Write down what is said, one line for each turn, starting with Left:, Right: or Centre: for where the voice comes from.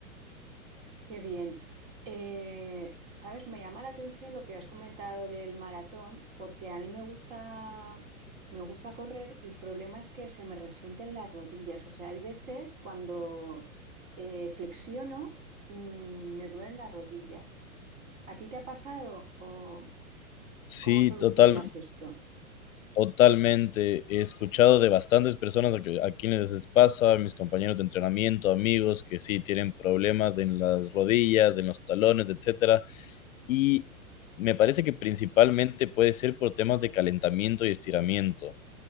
Right: Qué bien. Eh, sabes, me llama la atención lo que has comentado del maratón, porque a mí me gusta, me gusta correr. El problema es que se me resienten las rodillas. O sea, hay veces cuando eh, flexiono, mm, me duelen las rodillas. ¿A ti te ha pasado o
Left: Sí,
Right: cómo solucionas
Left: total,
Right: esto?
Left: totalmente. He escuchado de bastantes personas a, que- a quienes les pasa, mis compañeros de entrenamiento, amigos, que sí tienen problemas en las rodillas, en los talones, etcétera. Y me parece que principalmente puede ser por temas de calentamiento y estiramiento.